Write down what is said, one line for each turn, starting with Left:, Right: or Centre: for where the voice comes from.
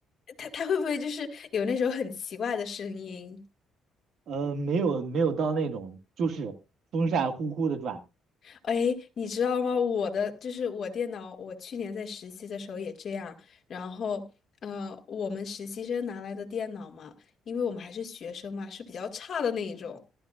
Left: 他他会不会就是有那种很奇怪的声音？
Right: 呃，没有没有到那种，就是风扇呼呼的转。
Left: 哎，你知道吗？我的就是我电脑，我去年在实习的时候也这样。然后，呃，我们实习生拿来的电脑嘛，因为我们还是学生嘛，是比较差的那一种。